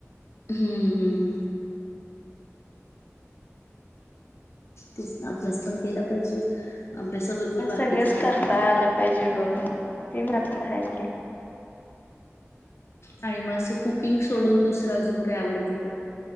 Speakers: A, on the left (about 60°); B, on the left (about 35°).
A: हम्म, हम्म, हम्म. तेच ना अभ्यास पण केला पाहिजेच. अभ्यासाबरोबर बाकीचं
B: सगळंच
A: पण
B: करता आलं पाहिजे होय ते मात्र हाय कि.
A: आणि मग असं कुकिंग सोडून दुस सर अजून. काय आवडत का?